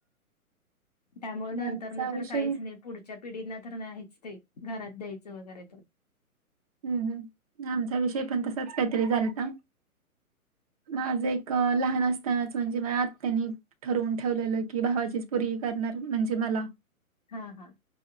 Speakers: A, on the left; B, on the right.
A: त्यामुळ
B: आणि
A: नंतर
B: आमचा
A: न तर
B: विषय
A: काहीच नाही. पुढच्या पिढींना तर नाहीच ते. घरात द्यायचं वगैरे तर
B: हम्म हम्म आमचा विषय पण तसाच काहीतरी झालता. माझं एक लहान असतानाच म्हणजे माझ्या आत्यानी ठरवून ठेवलेलं की भावाचीच पोरगी करणार म्हणजे मला.
A: हा हा